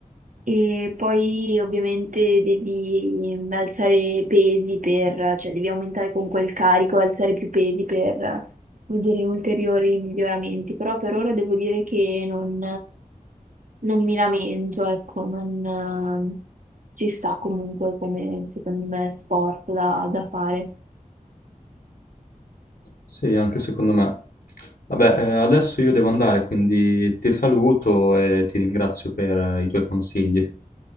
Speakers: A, on the right; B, on the left.
A: E poi ovviamente devi mhmm, alzare pesi per, cioè devi aumentare comunque il carico, alzare più pesi per vedere ulteriori miglioramenti. Però per ora devo dire che non, non mi lamento, ecco, non ci sta comunque come secondo me sport da da fare.
B: Sì, anche secondo me. Vabbè, eh, adesso io devo andare, quindi ti saluto e ti ringrazio per eh, i tuoi consigli.